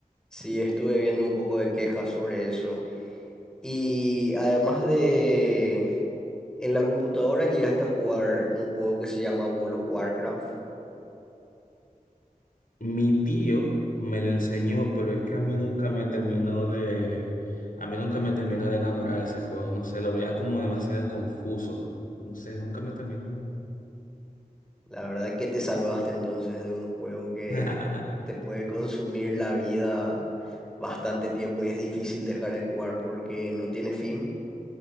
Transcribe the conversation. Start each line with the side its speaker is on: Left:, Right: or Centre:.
Centre: Sí, estuve viendo un poco de quejas sobre eso. Y además de en la computadora llegaste a jugar un juego que se llama World of Warcraft.
Left: Mi tío me lo enseñó, pero es que a mí nunca me terminó de, a mí nunca me terminó de enamorar ese juego. No sé, lo veía como demasiado confuso. No sé, nunca me terminó.
Centre: La verdad que te salvaste entonces de un juego que
Left: <laughs>
Centre: te puede consumir la vida bastante tiempo y es difícil dejar de jugar porque no tiene fin.